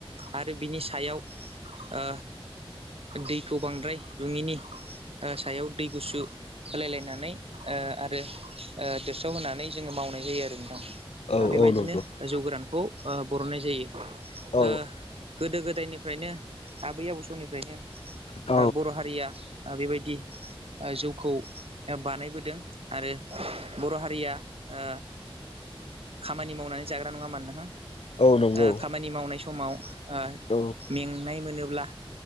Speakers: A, on the right; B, on the left.
A: आरो बिनि सायाव ओ दैखौ बांद्राय रुङिनि ओ सायाव दै गुसु होलायलायनानै ओ आरो ओ दोसाव होनानै जोङो मावनाय जायो आरो नोंथां। ओ
B: औ
A: बेबायदिनो
B: नंगौ
A: जौ गोरानखौ ओ बरननाय जायो।
B: औ
A: ओ गोदो गोदायनिफ्रायनो आबै आबौ समनिफ्रायनो
B: औ
A: ओ बर' हारिया ओ बेबायदि ओ जौखौ दा बानायबोदों आरो बर' हारिया ओ खामानि मावनानै जाग्रा नङा होमबा नोंथां।
B: औ नंगौ
A: ओ ामानि मावनाय स समाव ओ
B: औ
A: मेंनाय मोनोब्ला